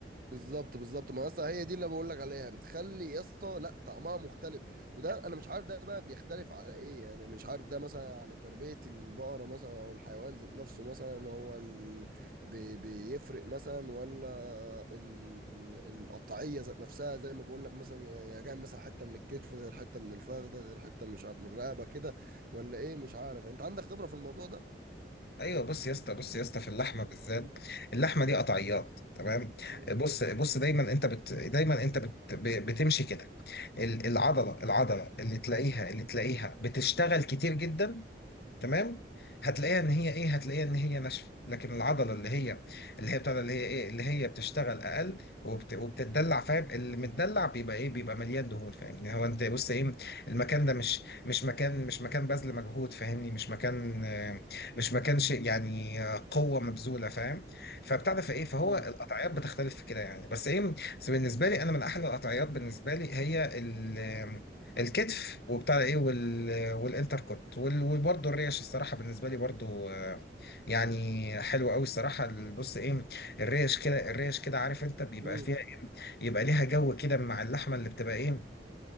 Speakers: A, on the right (about 55°); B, on the left (about 60°).
A: بالظبط بالظبط ما اصلا هي دي اللي بقول لك عليها بتخلي يا اسطى لا طعمها مختلف وده انا مش عارف ده بقى بيختلف على ايه يعني مش عارف ده مثلا على تربية البقرة مثلا او الحيوان ذات نفسه مثلا هو ال... بي... بيفرق مثلا ولا ال... القطعية ذات نفسها زي ما بقول لك مثلا يا جاي مثلا حتة من الكتف غير حتة من الفخذ غير حتة مش عارف من الرقبة كده ولا ايه مش عارف انت عندك خبرة في الموضوع ده؟
B: ايوه بص يا اسطى بص يا اسطى في اللحمه بالذات
A: مم.
B: اللحمه دي قطعيات تمام
A: مم.
B: بص بص دايما انت بت دايما انت بت ب- بتمشي كده ال- العضله العضله اللي تلاقيها اللي تلاقيها بتشتغل كتير جدا تمام هتلاقيها ان هي ايه هتلاقيها ان هي ناشفه لكن العضله اللي هي اللي هي بتاع ده، اللي هي ايه اللي هي بتشتغل اقل وبت... وبتتدلع فاهم اللي متدلع بيبقى ايه بيبقى مليان دهون فاهمني هو انت بص ايه المكان ده مش مش مكان مش مكان بذل مجهود فاهمني مش مكان آه، مش مكان شيء يعني آه، قوه مبذوله فاهم فبتاع ده فايه فهو
A: مم.
B: القطعيات بتختلف في كده يعني بس ايه بس بالنسبه لي انا من احلى القطعيات بالنسبه لي هي ال... آه، الكتف وبتاع ده ايه وال والانتر كوت وال- وبرضه الريش الصراحه بالنسبه لي برضه آه، يعني حلوه قوي الصراحه ال- بص ايه الريش كده الريش كده عارف انت بيبقى
A: مم.
B: فيها إيه؟ يبقى ليها جو كده مع اللحمه اللي بتبقى ايه